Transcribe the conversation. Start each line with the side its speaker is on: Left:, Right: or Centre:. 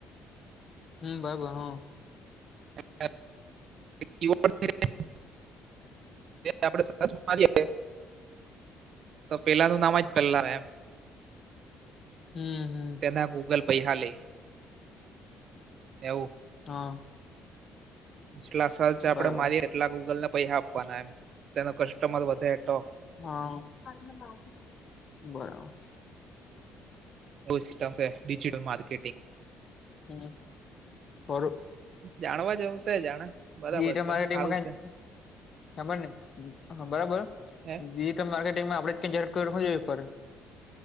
Left: હમ બારાબર
Right: <inaudible> આપે સરસ મારીએએ <unintelligible> તો પેલાનું નામ જ પલ્લા એમ-
Left: હમ હમ
Right: તેના ગૂગલ પૈહા લે એવું.
Left: હા.
Right: જેટલા સર્ચ આપડે
Left: બરાબર
Right: મારી એ એટલા ગૂગલને પૈસા આપવાના એમ તેનો કસ્ટમર વધે તો-
Left: હા બરાબર-
Right: બુશ સિસ્ટમ ડિજિટલ માર્કેટિંગ.
Left: હમ, ફરુ.
Right: જાણવા જેવું છે. જાણે બરાબર
Left: ડિજિટલ
Right: છે
Left: માર્કેટંગમાં
Right: સારું
Left: કાઇ
Right: છે
Left: સાભળ ને હ બરાબર
Right: હે
Left: ડિજિ માર્કેટીગ માં આપડે કેં હજાર કર-